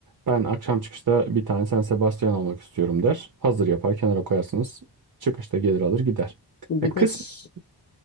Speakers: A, on the right (about 50°); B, on the left (about 35°).
A: Ben akşam çıkışta bir tane San Sebastian almak istiyorum der. Hazır yapar kenara koyarsınız. Çıkışta gelir alır gider.
B: Bir
A: Ya kısmen,
B: de ş-